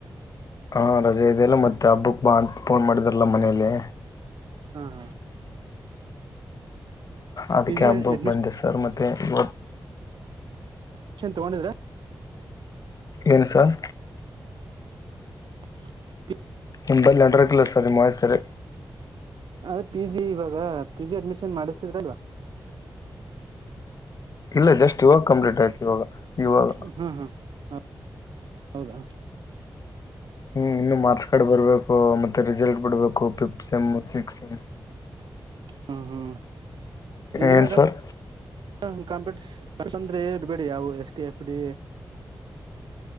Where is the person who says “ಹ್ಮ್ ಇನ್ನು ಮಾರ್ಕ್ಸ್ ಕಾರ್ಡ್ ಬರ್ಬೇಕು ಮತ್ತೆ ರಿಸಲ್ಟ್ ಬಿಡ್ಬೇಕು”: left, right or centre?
Left